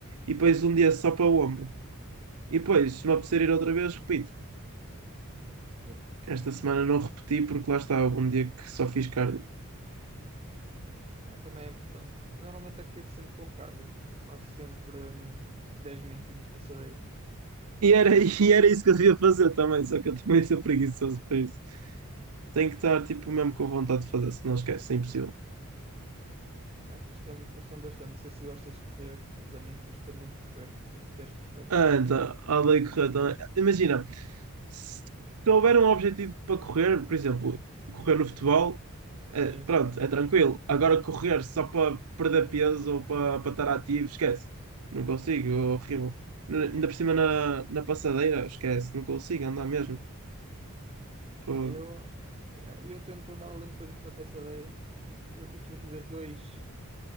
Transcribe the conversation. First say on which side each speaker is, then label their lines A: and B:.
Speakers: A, on the right (about 80°); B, on the right (about 25°).
A: e depois um dia só para o ombro. E depois, se me apetecer ir outra vez, repito.
B: yeah.
A: Esta semana não repeti porque lá estava um dia que só fiz cardio.
B: É, também é importante. E normalmente aqueço sempre com cardio, faço sempre hum, 10 minutinhos passadeiro.
A: E era, e era isso que eu devia fazer também, só que eu também sou preguiçoso para isso. Tenho que estar, tipo, mesmo com vontade de fazer, se não esquece, é impossível.
B: Yeah, custa-me custa bastante. Não sei se gostas de correr, mas a mim custa muito correr. Eu detesto correr.
A: Anda, a lei correr também. Imagina, se houver um objetivo para correr, por exemplo, correr no futebol,
B: Sim,
A: eh,
B: sim.
A: pronto, é tranquilo. Agora correr só para perder peso ou para, para estar ativo, esquece. Não consigo, é horrível. N- Ainda por cima na, na passadeira, esquece, não consigo andar mesmo. Fogo.
B: Ah, eu, eh, eu tento andar ali um bocadinho na passadeira e eu, eu costumo fazer dois,